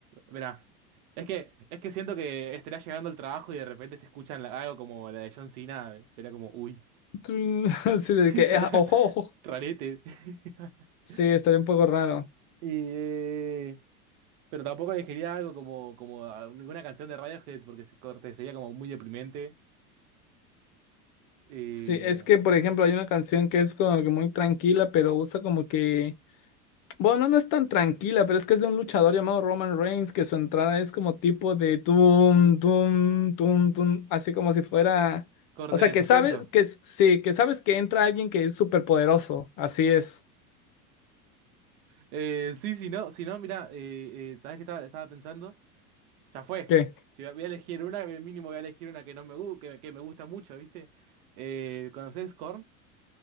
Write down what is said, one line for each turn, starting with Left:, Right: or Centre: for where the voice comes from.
Right: mirá. Es que, es que siento que estaría llegando el trabajo y de repente se escuchan la- algo como la de John Cena. eh, Sería como, uy,
Left: Mm, <laughs> Sí, de
Right: <laughs>
Left: que,
Right: sería
Left: ah, ojo, ojo.
Right: rarete. <laughs>
Left: Sí, estaría un poco raro.
Right: y eh, pero tampoco elegiría algo como, como a- ninguna canción de Radiohead porque si- corte sería como muy deprimente. Eh,
Left: Sí, es que, por ejemplo, hay una canción que es como que muy tranquila, pero usa como que Bueno, no es tan tranquila, pero es que es de un luchador llamado Roman Reigns, que su entrada es como tipo de tum, tum, tum, tum, así como si fuera.
Right: corte
Left: O sea,
Right: de
Left: que
Right: suspenso.
Left: sabes, que s- sí, que sabes que entra alguien que es súper poderoso. Así es.
Right: Eh, sí, si no, si no, mira eh, eh, ¿sabés qué estaba, estaba pensando? Ya fue.
Left: ¿Qué?
Right: Si si voy a elegir una, mínimo voy a elegir una que no me, gu- que, que me gusta mucho, ¿viste? Eh, ¿conoces Korn?